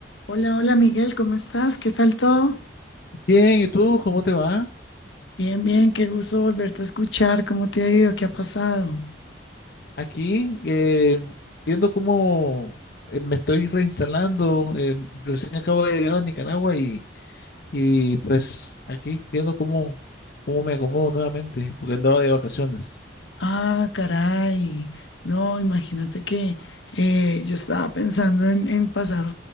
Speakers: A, on the left; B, on the left.
A: Hola, hola Miguel, ¿cómo estás? ¿Qué tal todo?
B: Bien, ¿y tú cómo te va?
A: Bien, bien, qué gusto volverte a escuchar. ¿Cómo te ha ido? ¿Qué ha pasado?
B: Aquí, eh, viendo cómo eh, me estoy reinstalando, eh, recién acabo de llegar a Nicaragua y, y pues aquí, viendo cómo, cómo me acomodo nuevamente, porque andaba de vacaciones.
A: Ah, caray. No, imagínate que eh, yo estaba pensando en, en pasar